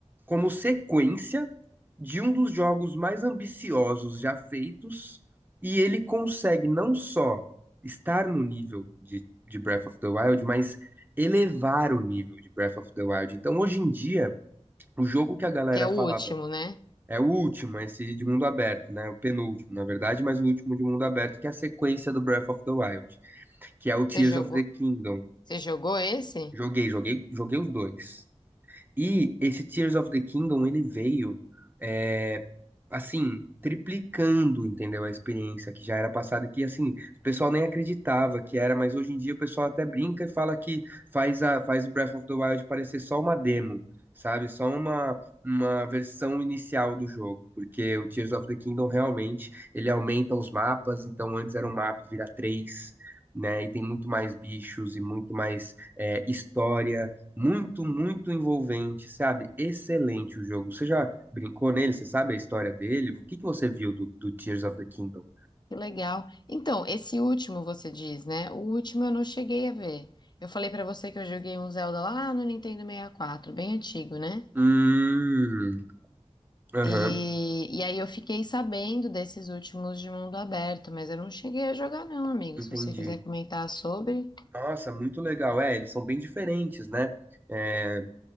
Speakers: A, on the right; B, on the left.
A: como sequência de um dos jogos mais ambiciosos já feitos, e ele consegue não só estar no nível de, de Breath of the Wild, mas elevar o nível de Breath of the Wild. Então, hoje em dia, o jogo que a galera
B: Que é o
A: falava
B: último, né?
A: é o último, esse de mundo aberto, né? O penúltimo, na verdade, mas o último de mundo aberto, que é a sequência do Breath of the Wild, que é o Tears
B: Você jogou,
A: of the Kingdom.
B: você jogou esse?
A: Joguei, joguei, joguei os dois. E esse Tears of the Kingdom, ele veio, é, assim, triplicando, entendeu? A experiência que já era passada, que, assim, o pessoal nem acreditava que era, mas hoje em dia o pessoal até brinca e fala que faz, a, faz o Breath of the Wild parecer só uma demo, sabe? Só uma, uma versão inicial do jogo, porque o Tears of the Kingdom realmente, ele aumenta os mapas, então antes era um mapa, vira três, né? E tem muito mais bichos e muito mais é, história muito, muito envolvente, sabe? Excelente o jogo. Você já brincou nele? Você sabe a história dele? O que que você viu do, do Tears of the Kingdom?
B: Que legal. Então, esse último você diz, né? O último eu não cheguei a ver. Eu falei pra você que eu joguei um Zelda lá no Nintendo 64, bem antigo, né?
A: Hum, aham,
B: E, e aí eu fiquei sabendo desses últimos de mundo aberto, mas eu não cheguei a jogar não, amigo.
A: entendi.
B: Se você quiser comentar sobre.
A: Nossa, muito legal. É, eles são bem diferentes, né? É,